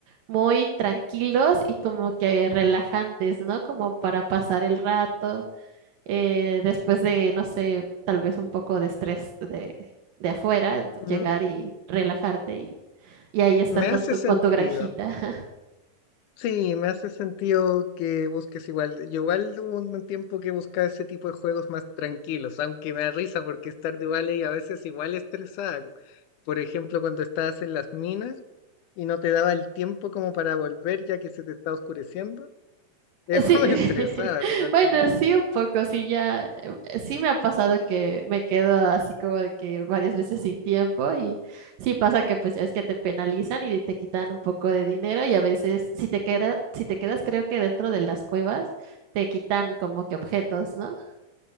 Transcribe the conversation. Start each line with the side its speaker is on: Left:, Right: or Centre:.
Right: muy tranquilos y como que relajantes, ¿no? Como para pasar el rato, eh, después de, no sé, tal vez un poco de estrés de, de afuera, ent-
Left: Mm,
Right: llegar y relajarte y, y ahí estar
Left: Me
Right: con
Left: hace
Right: tu,
Left: sentido.
Right: con tu granjita. <laughs>
Left: Sí, me hace sentido que busques igual. Yo igual hubo un tiempo que buscaba ese tipo de juegos más tranquilos, aunque me da risa porque es tarde vale y a veces igual estresada. Por ejemplo, cuando estabas en las minas y no te daba el tiempo como para volver ya que se te estaba oscureciendo, eso
Right: Sí,
Left: <laughs> me
Right: <laughs>
Left: estresaba realmente.
Right: bueno,
Left: a mí.
Right: sí, un poco, sí, ya, eh, sí me ha pasado que me quedo así como de que varias veces sin tiempo y sí pasa que pues ya es que te penalizan y te quitan un poco de dinero y a veces si te queda, si te quedas creo que dentro de las cuevas te quitan como que objetos, ¿no?